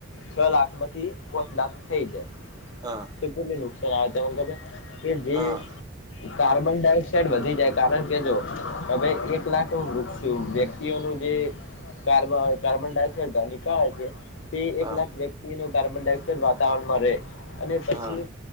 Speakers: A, on the left; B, on the right.
A: છ લાખ માંથી પોચ લાખ થઈ જાય
B: હા
A: ક્સિજન ને નુકસાન આવે તેના કરતા કે જે
B: હા
A: કાર્બન ડાયોક્સાઇડ વધી જાય કારણ કે જો હવે એક લાખ વૃક્ષ વ્યક્તિ નું જે કાર્બ કાર્બન ડાયોક્સાઇડ નીકાળે છે. તે
B: હા
A: એક લાખ વ્યક્તિ ન કાર્બન ડાયોક્સાઇડ વાતાવરણમાં રહે અને પછી
B: હા